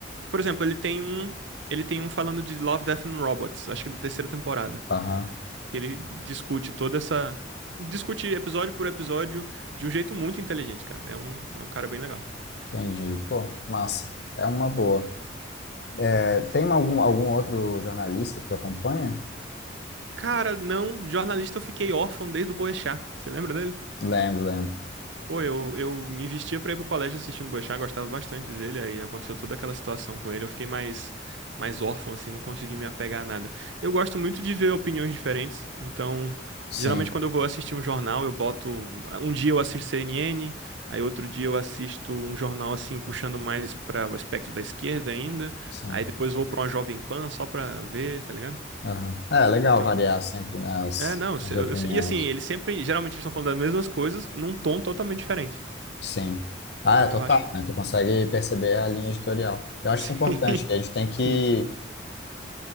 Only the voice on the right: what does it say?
por exemplo, ele tem um ele tem um falando de Love, Death and Robots, acho que da terceira temporada.
que ele discute toda essa. Discute episódio por episódio de um jeito muito inteligente, cara. É um, é um cara bem legal.
Se-
Cara, não, jornalista eu fiquei órfão desde o Boechat. Você lembra dele?
Pô, eu, eu me investia pra ir pro colégio assistindo o Boechat, gostava bastante dele, aí aconteceu toda aquela situação com ele, eu fiquei mais, mais órfão, assim, não consegui me apegar a nada. Eu gosto muito de ver opiniões diferentes, então,
geralmente quando eu vou assistir um jornal, eu boto... Um dia eu assisto CNN, aí outro dia eu assisto um jornal, assim, puxando mais pra o espectro da esquerda ainda,
aí depois vou pra uma Jovem Pan só pra ver, tá ligado?
Eu tenho...
É, não, se-
eu-
eu- e assim, eles sempre, geralmente eles estão falando das mesmas coisas num tom totalmente diferente.
Então
eu acho.
Sim,
<laughs>
sim, sim,